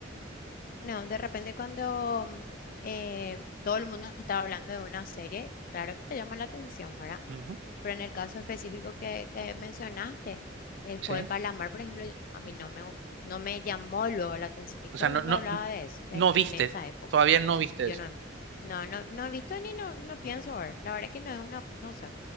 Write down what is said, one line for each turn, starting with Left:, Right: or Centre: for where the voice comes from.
Left: No, de repente cuando mm, eh, todo el mundo está hablando de una serie, claro que te llama la atención, ¿verdad?
Right: Ujú,
Left: Pero en el caso específico que, que mencionaste, el juego
Right: Sí.
Left: del calamar, por ejemplo, a mí no me, gu- no me llamó luego la atención y
Right: O
Left: todo
Right: sea, no,
Left: el mundo
Right: no,
Left: hablaba de eso en,
Right: no
Left: en
Right: viste,
Left: esa época.
Right: todavía no viste
Left: Yo
Right: eso.
Left: no, no, no, no he visto ni no, no pienso ver. La verdad que no es una op- no sé.